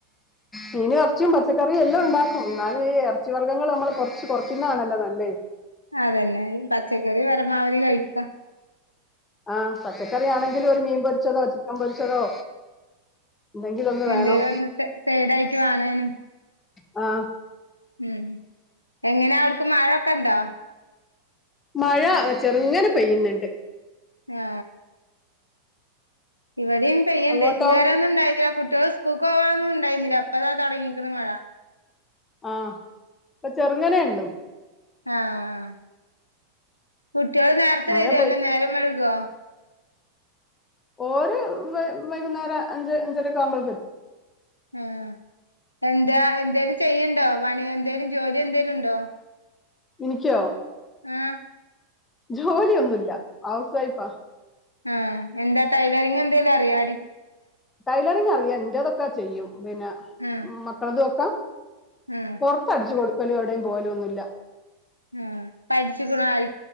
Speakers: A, on the left; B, on the left.
A: മീനു എർച്ച്യും പച്ചക്കറിയു എല്ലം ണ്ടാക്കും ന്നാലു ഈ എർച്ചി വർഗ്ഗങ്ങള് നമ്മള് കുറച്ച് കൊറയ്ക്കുന്നതാണല്ലൊ നല്ലഅ.
B: അതെന്നെ പച്ചക്കറി പരമാവധി കഴിക്ക
A: ആ പച്ചക്കറി ആണെങ്കിലു ഒരു മീം പൊരിച്ചതോ, ചിക്കം പൊരിച്ചതോ എന്തെങ്കിലും ഒന്ന്
B: എന്തേലു
A: വേണം
B: ഒന്ന് സ സൈഡായ്ട്ട് വാണയ്ന്
A: ആ
B: ഉം. എങ്ങനാവ്ട്ക്ക് മഴൊക്കണ്ടോ
A: മഴ ഒ ചെറ്ങ്ങന പെയ്യ്‌ന്ന്ണ്ട്
B: ങാ ഇവിടെയും പെയ്യ്ണ്ട്
A: അങ്ങോട്ടോ
B: വേറെന്നും ഉണ്ടായതില്ല കു ട്യൾ സ്ക്കൂക്ക് പോവാനൊന്നുണ്ടായിനില്ല പ്പതാ തൊടങ്ങീക്ക്ണ് മഴ
A: ആ പ്പ ചെറ്ങ്ങനേള്ളു.
B: ആആ കുട്ട്യൾ നേർത്തെ
A: മഴ
B: വെരോ,
A: പെയ്
B: അല്ലെ നേരം വഴുകോ?
A: ഓര് വ് വൈകുന്നേര അഞ്ച് അഞ്ചരൊക്കാവുമ്പെക്ക
B: ആ എന്റാ എന്റേലും ചെയ്യ്‌ൻ ണ്ടോ പണി എന്തേലും ജോലി എന്തേലുണ്ടോ
A: ഇനിക്ക്യോ?
B: ആഹ്
A: ജ്ജോലിയൊന്നുല്ല ഹൗസ്‌ വൈഫ
B: ആ എന്താ ടൈലറിങെന്തേലു അറിയോ അടി
A: ടൈലറിങ്ങറിയ ന്റതൊക്ക ചെയ്യും പിന്ന
B: ആഹ്
A: മക്കളതു ഒക്ക
B: ആഹ്
A: പൊറത്തടിച്ച് കൊടുക്കലു എവടെയ് പോവലൊന്നുല്ല
B: ആ. പടിച്ചിക്ക്ണോ ആയി